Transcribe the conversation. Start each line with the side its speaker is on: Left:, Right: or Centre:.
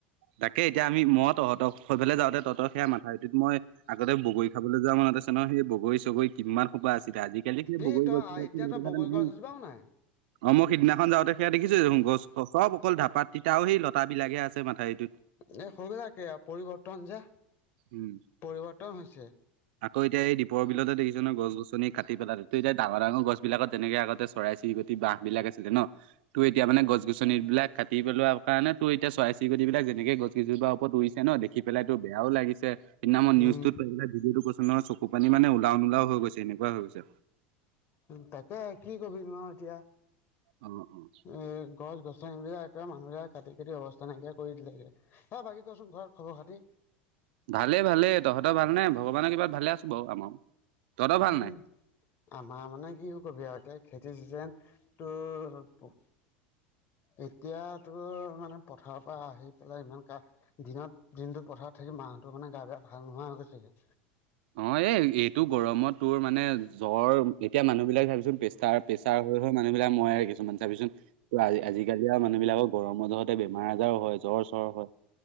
Right: তাকে এতিয়া আমি মই তহঁতৰ সৈ ফালে যাওঁতে তহঁতৰ সেয়া মাথাউৰিটোত মই আগতে বগৰী খাবলৈ যোৱা মনত আছে নহয়, সেই বগৰী চগৰী কিমান সোপা আছিলে, আজিকালি বগৰী
Left: ই তই
Right: গছ বিলাক
Left: এতিয়া তই
Right: ম
Left: বগৰী
Right: নাই।
Left: গছ এজোপাও নাই
Right: অ' মই সিদিনাখন যাওঁতে সেয়া দেখিছো যে গছ চব অকল ঢাপাত তিতাও সেই লতা বিলাকে আছে। মাথাউৰিটোত
Left: এই সবিলাকে আৰু পৰিৱৰ্তন যে
Right: উম
Left: পৰিৱৰ্তন হৈছে।
Right: আকৌ এতিয়া এই দীপৰ বিলতে দেখিছ নহয় গছ গছনি কাটি পেলালে, এতিয়া ডাঙৰ ডাঙৰ গছ বিলাকত যেনেকে আগতে চৰিই চিৰিকতি তি বাঁহ বিলাক আছিলে ন, তো এতিয়া মানে গছ গছন বিলাক কাটি পেলোৱা কাৰণে তো এতিয়া চৰাই চৰিকতি বিলাক যেনেকে গছ কেইজোৰপা ওপৰত উৰিছে ন দেখি পেলাই ত বেয়াও লাগিছে সদিনা মই নিউজটোত
Left: উম
Right: পাই পেলাই ভিডিঅটো চাই মানে চকুৰ পানী ওলও নোলাওহৈ গৈছে এনেকুৱ হৈ গৈছে।
Left: উ তাকে কি কবি ন এতিয়া।
Right: উম, উম।
Left: এ গছ গছনি বিলাক একে মানুহবিলাকে কাটি কাটি অৱস্থা নাইকিয়া কৰি দিলেগে। হ বাকী কচোন ঘৰত খবৰ খাতি?
Right: ভালে ভালে তহঁতৰ ভালনে ভগৱানৰ কৃপাত ভালে আছো বাৰু আমাৰো। তহঁতৰ ভাল
Left: উম।
Right: নাই?
Left: আমাৰ মানে কি কবি আৰু এতিয়া খেতি চিজন, তোৰ এতিয়াতোৰ মানে পথাৰৰ পৰা আহি পেলাই ইমান কা দিনত দিনটোত পথাৰত থাকি মাহ'তৰ মানে গা বোৰ ভাল নোহোৱা হৈ গৈচেগে।
Right: অ' এ এইটো গৰমত তোৰ মানে জ্বৰ, এতিয়া মানুহ বিলাক ভাবিচোন তাৰ প্ৰেছাৰ হৈ হৈ মানুহবিলাক মৰাহে দেখিছো, মানে চাবিচোন ত আজি আজিকালি আৰু মানুহ বিলাকৰ গৰমৰ জহতে বেমাৰ আজাৰো হয় জ্বৰ চ্বৰ হয়।